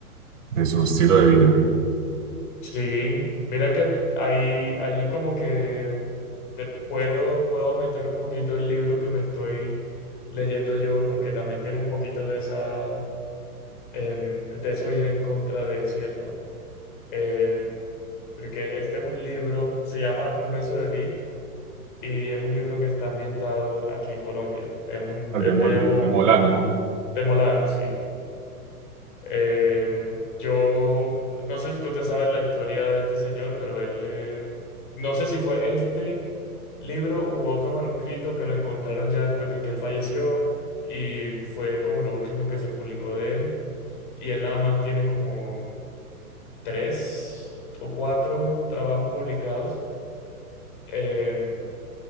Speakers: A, on the right (about 55°); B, on the left (about 30°).
A: de su estilo de vida.
B: Sí, mira que ahí, allí como que te puedo, puedo meter un poquito el libro que me estoy leyendo yo, porque también tiene un poquito de esa, em, de eso ir en contra de cierto. Em, porque este es un libro, se llama Un beso de Dick, y es un libro que está ambientado aquí en Colombia. Es un,
A: Ah,
B: es
A: De, Mol-
B: de un,
A: de Molano.
B: de Molano, sí. Eh, yo no sé si tú te sabes la historia de este señor, pero él, eh, no sé si fue este libro u otro manuscrito que lo encontraron ya después de que él falleció y fue como lo último que se publicó de él. Y él nada más tiene como tres o cuatro trabajos publicados. Em,